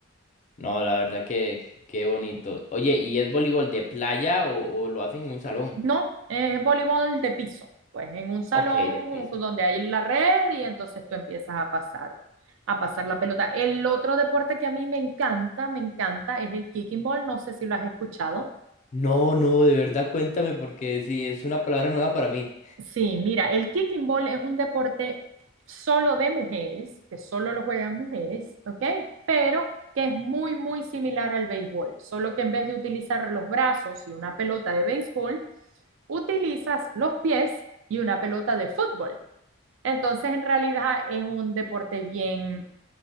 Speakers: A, on the left (about 35°); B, on the right (about 65°).
A: No, la verdad que qué bonito. Oye, ¿y es voleibol de playa o, o lo hacen en un salón?
B: No, es voleibol de piso, pues en un salón
A: Ok, de piso.
B: como que donde hay la red y entonces tú empiezas a pasar, a pasar la pelota. El otro deporte que a mí me encanta, me encanta, es el kicking ball, no sé si lo has escuchado.
A: No, no, de verdad cuéntame porque sí, es una palabra nueva para mí.
B: Sí, mira, el kicking ball es un deporte solo de mujeres, que solo lo juegan mujeres, ¿ok? Pero que es muy, muy similar al béisbol, solo que en vez de utilizar los brazos y una pelota de béisbol, utilizas los pies y una pelota de fútbol. Entonces, en realidad es un deporte bien,